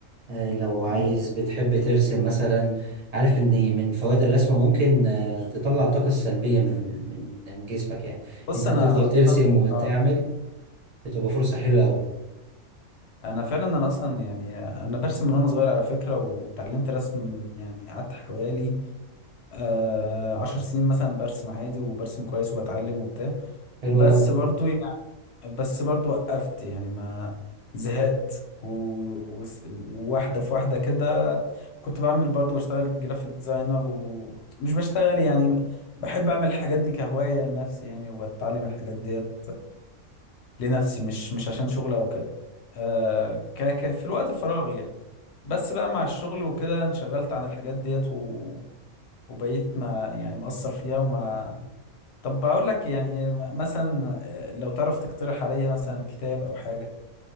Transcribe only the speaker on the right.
آه، لو عايز
بتحب ترسم مثلا عارف ان من فوائد الرسم ممكن آه، تطلع الطاقه السلبيه من من من جسمك يعني
انت
هتفضل ترسم
وتعمل
بتبقى فرصه حلوه قوي
حلوه
قوي